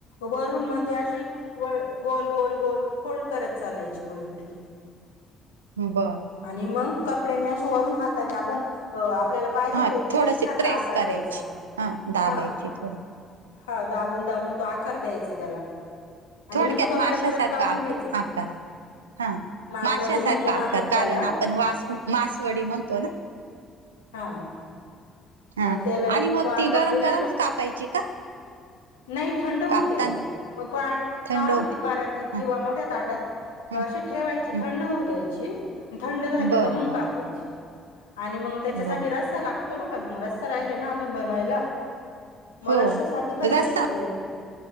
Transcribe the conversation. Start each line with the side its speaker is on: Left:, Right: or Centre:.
Left: वरून मग त्या अशी व गोल, गोल, गोल फोल्ड करत चालायची ओळीगडी.
Right: बरं
Left: आणि मग कपड्यांनी अस वरून हाताने आपण हो आपल्याला पाहिजे
Right: हा
Left: तो
Right: थोडशी
Left: फिश सारखा
Right: प्रेस
Left: आकार
Right: करायची
Left: द्यायचा
Right: दाबायची
Left: हा
Right: थोडं
Left: हा दाबून दाबून तो आकार द्यायचा त्याला आणि
Right: थोडक्यात
Left: मग तो कपडा
Right: माशासारखा
Left: परत काढून
Right: आकार
Left: घ्यायचा
Right: आकार हा
Left: मासवडी
Right: माशासारखा
Left: म्हणतो ना
Right: आकार
Left: आपण
Right: कारण
Left: त्याला
Right: आपण मासवडी म्हणतो ना
Left: हा
Right: हा
Left: मग त्याला
Right: आणि मग
Left: तो आकार
Right: ती गरम
Left: दिला
Right: गरमच
Left: का
Right: कापायची का
Left: नाही थंड होऊ
Right: कापताना
Left: द्यायची मग पा
Right: थंड
Left: काढून
Right: हो-
Left: ती परातीत
Right: हं
Left: किंवा मोठ्या ताटात
Right: हं
Left: असशी ठेवायची
Right: हं
Left: थंड होऊ द्यायची थंड झाली
Right: बर
Left: का मग
Right: बर
Left: कापायची आणि मग त्यांच्यासाठी
Right: बर
Left: रस्ता लागतो ना, पण मग रस्ता राहिला ना अजून बनवायला म
Right: हो
Left: रस्सासाठी काय साहित्य
Right: रस्सा
Left: हाय